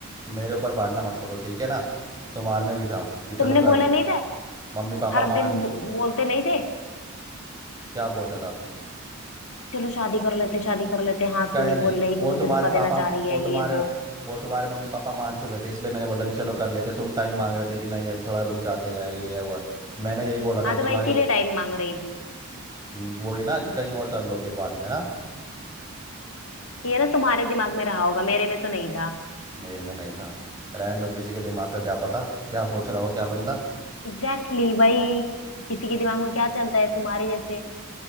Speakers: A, on the right; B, on the left.
A: मेरे ऊपर बांटना मत पड़ो ठीक है ना तुम्हारे में भी था कि चलो
B: तुमने
A: कर
B: बोला
A: ली।
B: नहीं था
A: मम्मी पापा
B: हर
A: मान
B: दिन बो- बोलते नहीं थे
A: क्या बोलता था
B: चलो शादी कर लेते शादी कर लेते हाँ
A: कहे
B: क्यों नहीं
A: नहीं
B: बोल रही
A: वो
B: तू मुझे
A: तुम्हारे
B: धोखा
A: पापा
B: देना चाह रही
A: वो
B: है
A: तुम्हारे
B: ये वो
A: वो तुम्हारे मम्मी पापा मान चुके थे इसलिए मैंने बोला कि चलो कर लेते तुम टाइम मांग रहे थे कि नहीं अभी थोड़ा रुक जाते हैं ये है वो है। मैंने यही बोला
B: हाँ
A: था कि
B: तो मैं
A: भाई
B: इसीलिए टाइम मांग रही थी
A: हम्म, वही ना कि कहीं और कर लो फिर बाद में ना
B: ये ना तुम्हारे दिमाग में रहा होगा मेरे में तो नहीं था
A: मेरे में नहीं था रहने दो किसी के दिमाग का क्या पता क्या सोच रहा हो क्या बंदा
B: एग्जैक्टली exactly, भाई किसी के दिमाग में क्या चलता है तुम्हारे जैसे